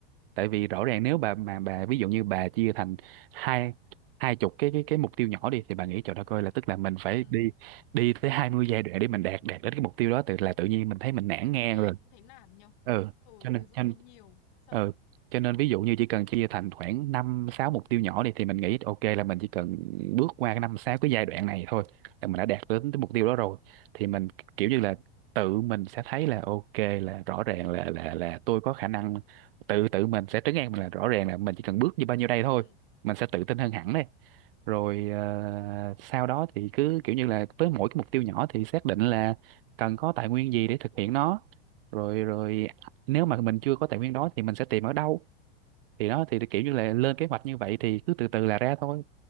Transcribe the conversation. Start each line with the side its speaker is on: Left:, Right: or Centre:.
Right: tại vì rõ ràng nếu bà mà bà ví dụ như bà chia thành hai hai chục cái cái cái mục tiêu nhỏ đi thì bà nghĩ trời đất ơi là tức là mình
Left: Ừ,
Right: phải đi đi tới 20 giai đoạn để mình đạt đạt đến cái mục tiêu đó tự là tự nhiên mình thấy mình nản
Left: thử
Right: ngang
Left: nghe
Right: rồi
Left: cũng thấy nản nhở.
Right: ừ
Left: Ừ,
Right: cho nên
Left: từ dưng
Right: cho nên,
Left: thấy nhiều, sợ.
Right: ừ. cho nên ví dụ như chỉ cần chia thành khoảng năm sáu mục tiêu nhỏ đi thì mình nghĩ ok là mình chỉ cần bước qua cái năm sáu cái giai đoạn này thôi là mình đã đạt đến cái mục tiêu đó rồi thì mình kiểu như là tự mình sẽ thấy là ok là rõ ràng là là là tôi có khả năng tự tự mình sẽ trấn an mình là rõ ràng là mình chỉ cần bước như bao nhiêu đây thôi
Left: Ừ,
Right: mình sẽ tự tin hơn hẳn đấy rồi ờ, sau đó thì cứ kiểu như là với mỗi cái mục tiêu nhỏ thì xác định là cần có tài nguyên gì để thực hiện nó rồi rồi à, nếu mà mình chưa có tài nguyên đó thì mình sẽ tìm ở đâu thì đó thì kiểu như là lên kế hoạch như vậy thì cứ từ từ là ra thôi